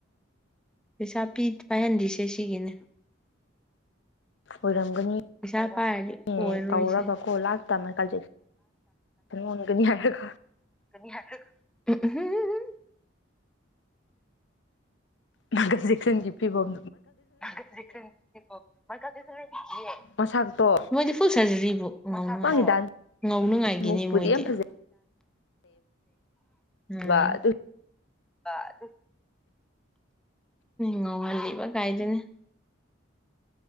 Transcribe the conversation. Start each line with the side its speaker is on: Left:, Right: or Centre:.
Centre: ꯄꯩꯁꯥ ꯄꯤ ꯄꯥꯏꯍꯟꯗ꯭ꯔꯤꯁꯦ ꯁꯤꯒꯤꯅꯦ꯫
Left: ꯑꯣꯏꯔꯝ ꯒꯅꯤ
Centre: ꯄꯩꯁꯥ ꯄꯥꯏꯔꯗꯤ
Left: <inaudible>
Centre: ꯑꯣꯏꯔꯣꯏꯁꯦ
Left: ꯇꯧꯔꯒꯀꯣ ꯂꯥꯁ ꯇ ꯃꯥꯏꯀꯜ ꯖꯦꯛ <inaudible> ꯑꯣꯟꯒꯅꯤ ꯍꯥꯏꯔꯒ꯫
Centre: ꯅꯤ ꯍꯥꯏ <unintelligible>
Left: ꯃꯈ ꯆꯦꯛꯁꯟꯒꯤ ꯐꯤꯕꯝ
Centre: <unintelligible>
Left: ꯃꯁꯛꯇꯣ
Centre: ꯃꯣꯏꯗꯤ ꯐꯨꯜ ꯁꯔꯖꯔꯤꯕꯨ ꯉꯧꯉꯥꯏ
Left: ꯃꯥꯒꯤ ꯗꯥꯟꯁ
Centre: ꯉꯧꯅꯉꯥꯏꯒꯤꯅꯤ
Left: ꯃꯨꯞꯄꯨꯗꯤ
Centre: ꯃꯣꯏꯗꯤ
Left: ꯌꯥꯝ ꯐꯖꯩꯕ
Centre: ꯎꯝ꯫
Left: ꯑꯗꯨ
Centre: ꯑꯗꯨ꯫ ꯉꯧꯍꯜꯂꯤꯕ ꯀꯥꯏꯗꯨꯅꯦ꯫